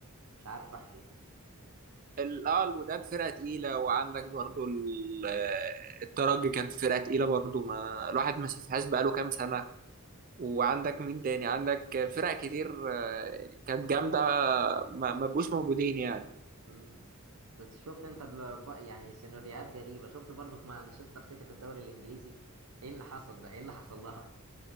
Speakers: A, on the right (about 80°); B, on the right (about 40°).
A: مش عارف راح فين
B: ال- اه الوداد فرقه تقيله وعندك برضو ال- آه، الترجي كان فرقه تقيله برضو ما الواحد ما شافهاش بقاله كام سنه وعندك مين تاني عندك فرق كتير آه، كانت جامده ما, ما بقوش موجودين يعني
A: مم. بس شفت انت دل- بق- يعني سيناريوهات غريبة شفت برضه في مانشستر سيتي في الدوري الانجليزي ايه اللي حصل ده ايه اللي حصل لها